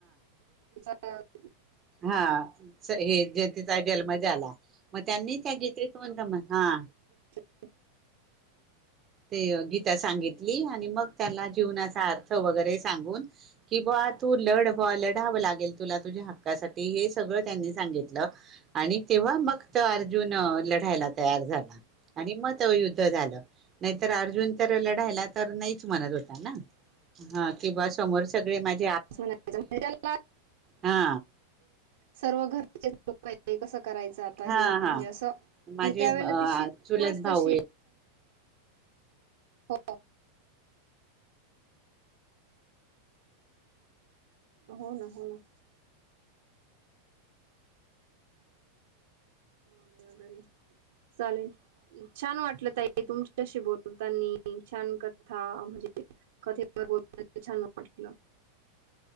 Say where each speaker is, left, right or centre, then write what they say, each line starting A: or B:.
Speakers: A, on the right; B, on the right.
A: हां
B: हा हे ज तिचा जन्म झाला मग त्यांनी त्या गीतीतंतम हा
A: त
B: ते गीता सांगितली आणि मग त्या जीवनाचा अर्थ वगैरे सांगून कि तू लढवा लढावं लागेल तुला तुझ्या हक्कासाठी हे सगळं त्यांनी सांगितलं आणि तेव्हा मगत अर्जुन लढायला तयार झाला आणि मत युद्ध झालं नाहीर अर्जुन तर लढायला तर नाहीच म्हणत होता ना हा किंवा समोर सगळे माझ
A: म्हणाच म्हण
B: हा
A: सर्व घर त्या का नाही कस कराय आता
B: हा हा
A: म्हणजे अस म्हणे
B: माझे
A: त्या व शिकच
B: चुलत भाऊ
A: हो हो ना हो ना वगैरे चालेल छान वाटलं तई तुमच्याशी बोलताना छान कथा म्हणजे कथे ब छान वाटलं